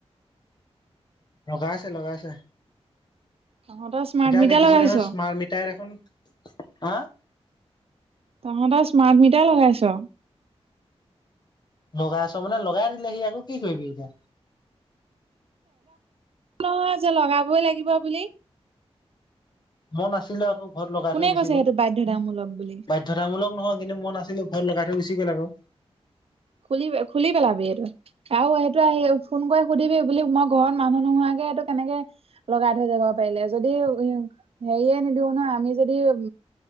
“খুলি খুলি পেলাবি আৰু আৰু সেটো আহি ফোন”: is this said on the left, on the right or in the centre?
Right